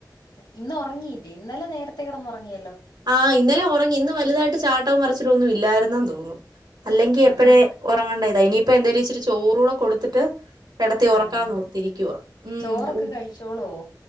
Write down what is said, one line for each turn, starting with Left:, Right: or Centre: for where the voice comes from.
Left: ഇന്നൊറങ്ങിയില്ലേ ഇന്നലെ നേരത്തെ കെടന്നൊറങ്ങിയല്ലോ
Right: ആഹ് ഇന്നലെ ഒറങ്ങി ഇന്ന് വല്തായിട്ട് ചാട്ടോമ്മറിച്ചിലൊന്നും ഇല്ലായിരുന്നന്ന് തോന്നുന്നു അല്ലെങ്കി
Left: ആഹാ
Right: എപ്പഴേ ഓങ്ങണ്ടതാ ഇനിയിപ്പ എന്തേലും ഇച്ചിരി ചോറൂടെ കൊടുത്തിട്ട് കെടത്തി ഒറക്കാന്ന്
Left: ആഹാ
Right: ഓർത്തിരിക്കുവ ഉം
Left: ചോറൊക്കെ
Right: ഉ
Left: കഴിച്ചോളുവോ